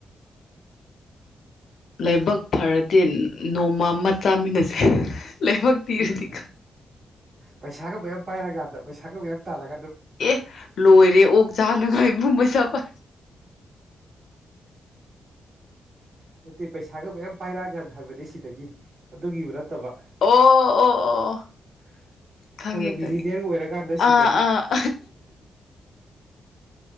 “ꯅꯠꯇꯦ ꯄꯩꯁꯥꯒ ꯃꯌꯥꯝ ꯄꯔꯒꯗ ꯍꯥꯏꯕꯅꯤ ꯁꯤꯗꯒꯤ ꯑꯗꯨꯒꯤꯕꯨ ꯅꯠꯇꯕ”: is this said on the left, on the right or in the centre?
Right